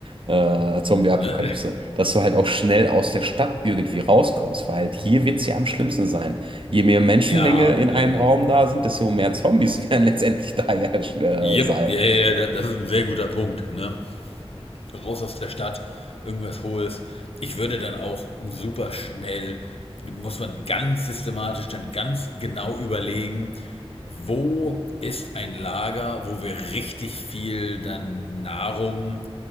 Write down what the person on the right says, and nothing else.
äh, Zombie-Apokalypse,
dass du halt auch schnell aus der Stadt irgendwie rauskommst, weil halt hier wird es ja am schlimmsten sein. Je mehr Menschenmenge
in einem
Raum da
sind, desto mehr Zombies <laughs> werden letztendlich da ja äh,
sein.